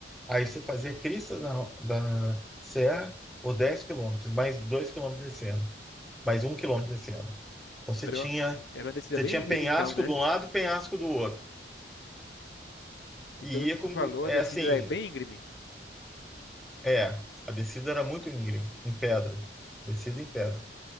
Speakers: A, in the centre; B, on the left.
A: Aí você fazia a crista da, da serra por 10 quilômetros, mais 2 quilômetros descendo, mais um quilômetro descendo. Então você
B: Era
A: tinha,
B: uma, era uma descida
A: você
B: bem
A: tinha
B: íngreme
A: penhasco
B: então, né?
A: de um lado, penhasco do outro.
B: E
A: E
B: pelo que
A: ia com,
B: tu falou,
A: é
B: a descida
A: assim,
B: é bem íngreme.
A: É, a descida era muito íngreme, em pedra. Descida em pedra.